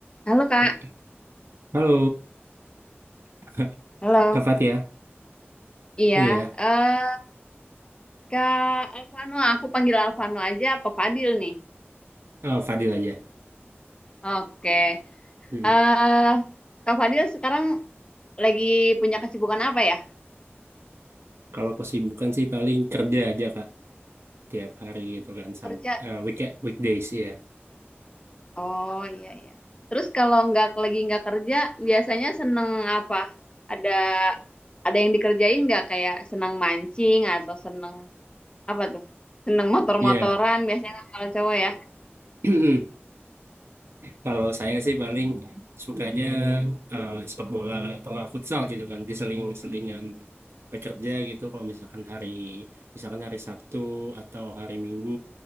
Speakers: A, on the left; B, on the right.
A: Halo Kak,
B: Oke. Halo, <laughs>
A: Halo,
B: Kak Fatia.
A: iya
B: Iya,
A: eh Kak Alvano, aku panggil Alvano aja, apa Fadil nih?
B: eh, Fadil aja.
A: Oke,
B: Mm-mm.
A: eh Kak Fadil sekarang lagi punya kesibukan apa ya?
B: Kalau kesibukan sih paling kerja aja, Kak. Tiap hari gitu kan. Sampai,
A: Kerja?
B: weekend, weekdays, ya,
A: Oh iya iya. Terus kalau nggak lagi nggak kerja, biasanya seneng apa? Ada ada yang dikerjain nggak kayak seneng mancing atau seneng apa tuh? Seneng motor-motoran
B: Iya.
A: biasanya kan kalau cowok ya.
B: <clears throat> Kalau saya sih paling sukanya eh, sepak bola atau nggak futsal gitu kan, diseling-selingan bekerja gitu. Kalau misalkan hari, misalkan hari Sabtu atau hari Minggu,